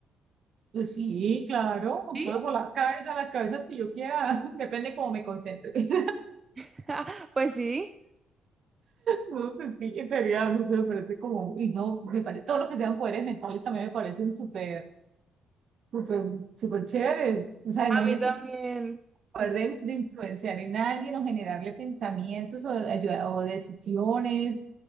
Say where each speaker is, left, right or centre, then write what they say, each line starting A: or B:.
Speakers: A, on the right; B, on the right.
A: Pues sí, claro,
B: ¿Sí?
A: puedo volar cabezas, las cabezas que yo quiera, <laughs> depende cómo me concentre. <laughs>
B: <laughs> Pues sí,
A: No, pues sí, sería, no sé, me parece como, y no, me parece, todo lo que sean poderes mentales también me parecen súper, súper, súper chéveres. O sea, imagínate
B: a mí también.
A: tu poder de, de influenciar en alguien o generarle pensamientos o, ayuda- o decisiones